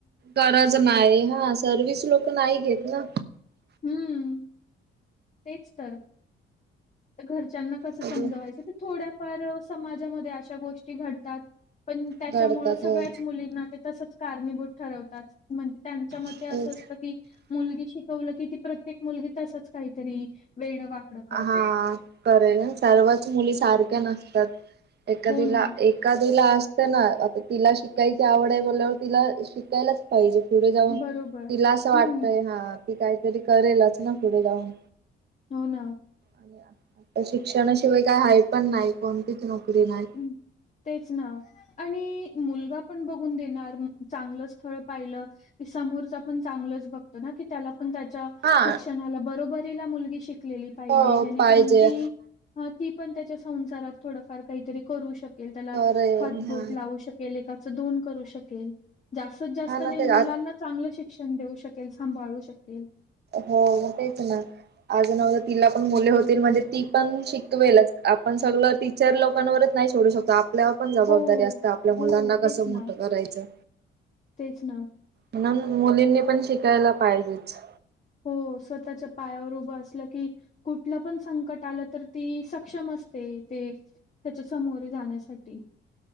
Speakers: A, on the right; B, on the left.
A: गरज नाही. हां सर्वीस लोक नाही घेत ना.
B: हम्म. तेच तर <inaudible> घर त्यांना कसं
A: सगळे
B: समजवायच की, थोड्याफार समाजामध्ये अशा गोष्टी घडतात. पण त्याच्यामुळं
A: काढतात
B: सगळ्याच
A: हो
B: मुलींना ते तसंच कारणीभूत ठरवतात. म्हणजे त्यांच्या मते
A: तेच
B: असं असतं की मुलगी शिकवलं की ती प्रत्येक मुलगी तसंच काहीतरी वेड वाकडं करेल.
A: हां करेल सर्वच मुली सारख्या नसतात. एखादीला
B: हो ना
A: एका तिला असत ना आता तिला शिकायची आवड आहे बोल ल्यावर तिला शिकायलाच पाहिजे. पुढे जाऊन
B: बरोबर
A: तिला असं वाटतंय
B: हम्म
A: हां ती काहीतरी करेलच ना पुढे जाऊन.
B: हो ना.
A: आणि आता- आता शिक्षणाशिवाय काय हाय पण नाही कोणतीच नोकरी नाही
B: हम्म, तेच ना आणि मुलगा पण बघून देणार, मग चांगलं स्थळ पाहिलं की समोरचा पण चांगलंच बघतो न ना की त्याला पण त्याच्या
A: हा
B: शिक्षणाला बरोबरीला मुलगी शिक लेली पाहिजे,
A: हो
B: जेणेकरून
A: पाहिजे
B: ती अ ती पण त्याच्या संसारात थोडफार काहीतरी करू शकेल, त्याला
A: करेल
B: हातबोट
A: हा
B: लावू शकेल एका कग दोन करू शकेल, जास्तीत जास्त
A: हा ना
B: नाही
A: ते
B: मुलांना
A: आत
B: चांगलं शिक्षण देऊ शक केल सांभाळू शकेल.
A: हो मग तेच ना आज न उद्या तिला मुले होतील म्हणजे ती पण शिकवेलच, आपण सगळं टीचर लोकांवरच नाही सोडू शकत आ पल्यावर पण जबाबदारी
B: हो
A: असतं आपल्या मुलांना
B: हो तेच
A: कसं मोठं
B: ना
A: करायचं.
B: तेच ना.
A: म्हणून मुलींनी पण शिकायला पाहिजेच.
B: हो, स्वतःच्या पायावर उभं असलं की कुठलं पण संकट आलं तर ती सक्षम अस ते ते त्याच्या समोरे जाण्यासाठी.